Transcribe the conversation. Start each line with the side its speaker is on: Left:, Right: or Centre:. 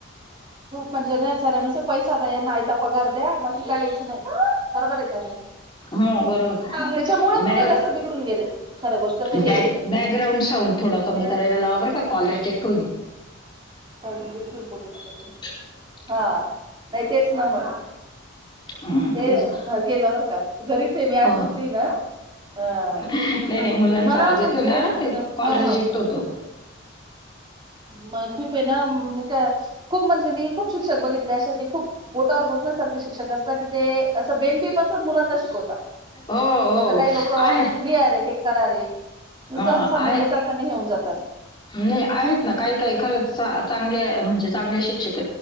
Right: खूप म्हणजे न झाल्यानुसार पैसा का नाहीता पगार द्या बाकी काहीच नाही बरोबर आहे का नाही
Left: हो, बरोबर.
Right: त्याच्यामुळे मुलं
Left: मॅडम
Right: जास्त बिघडून गेले खर गोष्ट तर हे
Left: बॅक बॅकग्राऊंड साउंड थोडा कमी
Right: आहे
Left: करायला लावा बरं का, कॉल रिजेक्ट होईल.
Right: कॉल रिजेक्ट होईल बोलू नका तुम्ही
Left: <inaudible>
Right: हा नाही तेच ना मग
Left: हं,
Right: ते
Left: तेच.
Right: केल्यावर का घरीच आहे मी आज
Left: हो, हो.
Right: सुट्टी ना अ
Left: नाही, नाही, मुलांचा
Right: मला
Left: आवाज
Right: म्हणजे
Left: येतो ना,
Right: हे
Left: ते कॉल
Right: ह
Left: रिजेक्ट होतो.
Right: मग खूप म्हणजे मी खूप शिक्षक बघितलेत खूप बोटावर मोजण्या इतके शिक्षक असत कि ते असं बिन पेपर चे मुलांना शिकवतात
Left: हो हो
Right: नाही तर काही लोक
Left: आहे
Right: लिहा रे हे करा रे नुसतं
Left: हां,
Right: असं सांगून
Left: आहे.
Right: देतात आणि हेऊन जातात
Left: नाही आहेत ना काही काही खरंच चांगले म्हणजे चांगले शिक्षक